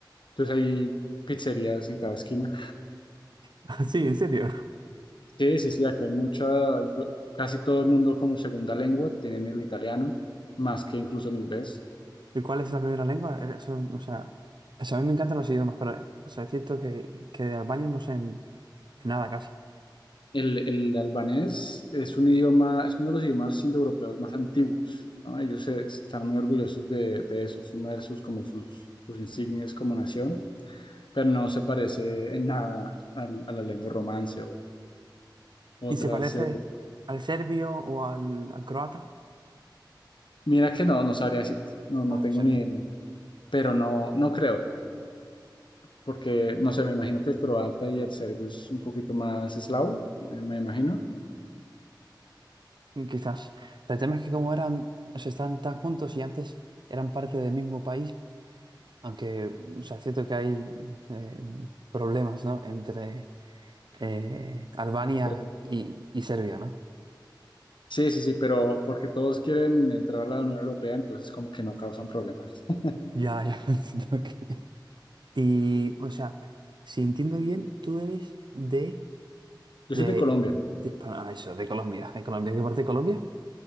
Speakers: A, on the left; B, on the right.
A: Entonces hay pizzerías en cada esquina.
B: <laughs> Sí, en serio.
A: Sí, sí, sí, acá hay mucha, influ- casi todo el mundo como segunda lengua tienen el italiano, más que incluso el inglés.
B: ¿Y cuál es la primera lengua? Eh, Eso, o sea, o sea, a mí me encantan los idiomas, pero o sea, es cierto que, que de Albania no sé, de nada casi.
A: El, el albanés es un idioma, es uno de los idiomas indoeuropeos más antiguos, ¿no? Ellos se- están muy orgullosos de, de eso, es uno de sus, como sus, sus insignias como nación, pero no se parece en nada al- a la lengua romance o otras.
B: ¿Y se parece
A: eh.
B: al serbio o al, al croata?
A: Mira que no, no sabría decirte, no, no
B: Ah,
A: tengo
B: no sé,
A: ni
B: no sé.
A: idea, pero no, no creo. porque no sé, me imagino que el croata y el serbio es un poquito más eslavo, eh, me imagino.
B: Mm, Quizás. El tema es que como eran, o sea, están tan juntos y antes eran parte del mismo país, aunque, o sea, es cierto que hay eh, problemas, ¿no? Entre eh, Albania
A: Entonces,
B: y, y Serbia, ¿no?
A: Sí, sí, sí, pero porque todos quieren entrar a la Unión Europea, entonces como que no causan problemas. <laughs>
B: Ya, ya. <laughs> ok. Y, o sea, si entiendo bien, tú eres de,
A: Yo
B: de,
A: soy de Colombia,
B: de, ah, eso, de Colombia. ¿De Colombia? ¿Qué parte de Colombia?